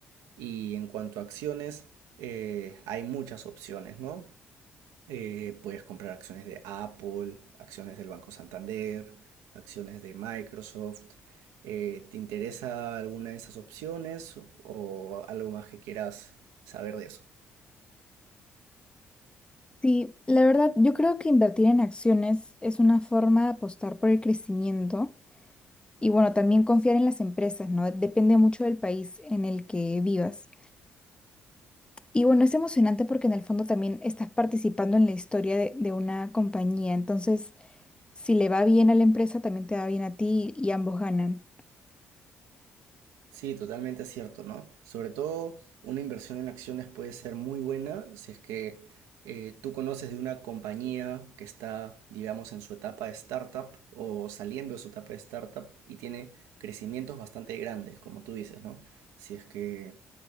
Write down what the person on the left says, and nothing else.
Sí, la verdad, yo creo que invertir en acciones es una forma de apostar por el crecimiento Y bueno, también confiar en las empresas, ¿no? Depende mucho del país en el que vivas. Y bueno, es emocionante porque en el fondo también estás participando en la historia de, de una compañía. Entonces, si le va bien a la empresa, también te va bien a ti y ambos ganan.